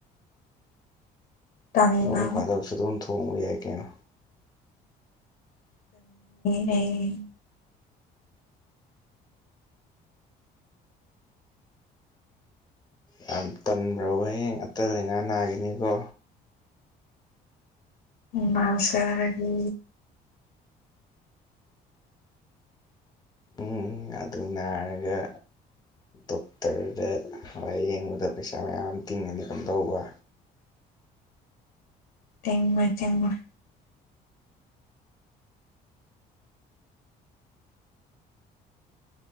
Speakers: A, on the left; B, on the left.
A: ꯇꯟꯅ
B: ꯅꯣꯡ ꯐꯥꯗꯣꯛꯁꯨ ꯑꯗꯨꯝ ꯊꯣꯡꯕ ꯌꯥꯏ ꯀꯩꯅꯣ
A: ꯑ <inaudible>
B: ꯌꯥꯝ ꯇꯟꯕ꯭ꯔꯣꯕ ꯍꯌꯦꯡ ꯑꯇꯟ ꯂꯩꯥꯏꯅꯥ ꯅꯥꯈꯤꯅꯤꯀꯣ
A: ꯅꯖꯔꯒꯦ
B: ꯎꯝ ꯑꯗꯨ ꯅꯥꯔꯒ ꯗꯣꯛꯇꯔꯗ ꯂꯥꯏ ꯌꯦꯡꯕꯗ ꯄꯩꯁꯥ ꯃꯌꯥꯝ ꯇꯤꯡꯉꯅꯤ ꯀꯝꯗꯧꯕ
A: ꯇꯦꯡꯕ ꯆꯉꯣꯏ